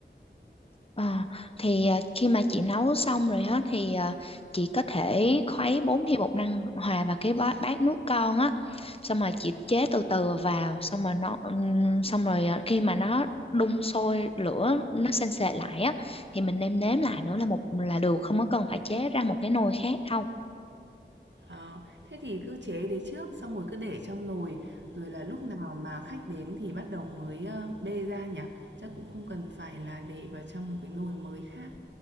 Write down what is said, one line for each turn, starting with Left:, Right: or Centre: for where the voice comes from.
Left: Ờ, thì ờ, khi mà chị nấu xong rồi á thì ờ, chị có thể khuấy 4 thìa bột năng hòa vào cái bát, bát nước con á xong rồi chị chế từ từ vào xong rồi nó ừm, xong rồi ờ, khi mà nó đun sôi lửa nó sền sệt lại á thì mình nêm nếm lại nữa là một là được không có cần phải chế ra một cái nồi khác đâu
Right: Ờ, thế thì cứ chế đấy trước, xong rồi cứ để trong nồi, rồi là lúc nào mà khách đến thì bắt đầu mới, ơ, bê ra nhỉ? Chắc cũng không cần phải là để vào trong một cái nồi mới khác.